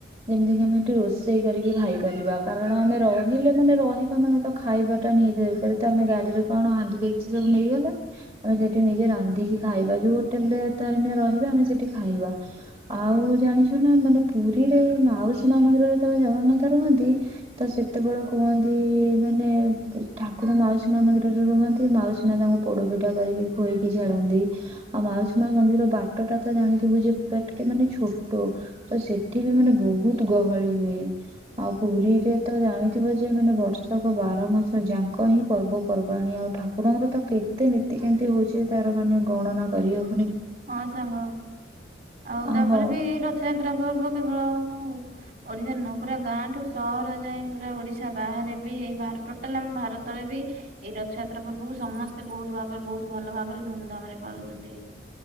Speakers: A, on the right; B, on the right.
A: ଯେମିତି କିି ଆମେ ଏଠି ରୋଷେଇ କରିକି ଖାଇପାରିବା କାରଣ ଆମେ ରହିଲେ ମାନେ ରହିବା ମାନେ ତ ଖାଇବାଟା ନି ଦେ ଆମେ ଗାଡିରେ କଣ ହାଣ୍ଡି ଡେକିଚି ସବୁ ନେଇଗଲା ଆମେ ସେଠି ନିଜେ ରାନ୍ଧିକି ଖାଇବା ଯୁ ହୋଟେଲରେ ତରିନିଆ ରହିବା ଆମେ ସେଠି ଖାଇବା ଆଉ ଜାଣିଛୁ ନା ମାନେ ପୁରୀରେ ମାଉସୀ ମା ମନ୍ଦିରରେ ଯେତବେଳେ ଜଗନ୍ନାଥ ରୁହନ୍ତି ତ ସେତେବେଳେ କୁହନ୍ତି ମାନେ ଠାକୁର ମାଉସୀ ମା ମନ୍ଦିରରେ ରୁହନ୍ତି ମାଉସୀ ମା ତାଙ୍କୁ ପୋଡ ପିଠା କରିକି ଖୁଏଇକି ଛାଡନ୍ତି। ଦି ଆଉ ମାଉସୀ ମା ମନ୍ଦିରର ବାଟ ଟା ତ ଜାଣିଥିବୁ ଯେ ପୁରା ଟିକେ ମାନେ ଛୋଟ ତ ସେଠି ବି ମାନେ ବହୁତ ଗହଳି ହୁଏ ଆଉ ପୁରୀରେ ତ ଜାଣିଥିବ ଯେ ମାନେ ବର୍ଷା ବର୍ଷକ ବାର ମାସ ଯାକ ହିଁ ପର୍ବପର୍ବାଣୀ ଆଉ ଠାକୁରଙ୍କର ତ କେତେ ନୀତିକାନ୍ତି ହଉଛି ତାର ମାନେ ଗଣନା କରିହବ
B: ହଁ ସାଙ୍ଗ ଆଉ
A: ଅ
B: ତାପରେ
A: ହଉ
B: ବି ରଥଯାତ ତ୍ରା ପର୍ବ କେବଳ ଓଡିଶା ନୁହଁ ପୁରା ଗାଁଠୁ ସହର ଯାଏ ପୁରା ଓଡିଶା ବାହାରେ ବି ଏହି ଭାର ଟୋଟାଲ ଆମ ଭାରତରେ ବି ଏଇ ରଥଯାତ୍ରା ପର୍ବକୁ ସମସ୍ତେ ବହୁତ ଭାବରେ ବହୁତ ଭଲ ଭାବରେ ଧୁମ୍ ଧାମ ରେ ପାଳୁଛନ୍ତି।